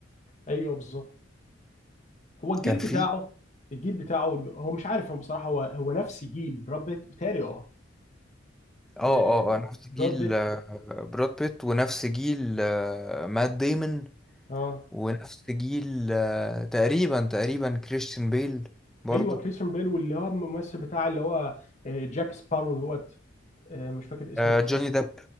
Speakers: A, on the left; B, in the centre.
A: ايوه بالظبط هو الجيل
B: كان في
A: بتاعه الجيل بتاعه هو مش عارف هو بصراحه هو هو نفس جيل براد بيت بتهيألي اه
B: اه
A: آه،
B: اه آه، نفس جيل
A: براد بيت
B: آه، براد بيت ونفس جيل آه، مات ديمون
A: اه
B: ونفس جيل آه، تقريبا تقريبا كريستيان بيل برضو
A: ايوه كريستيان بيل واللي هو الممثل بتاع اللي هو آه، جاك سبارو دوت آه، مش فاكر اسمه
B: آه،
A: بالظبط
B: جوني ديب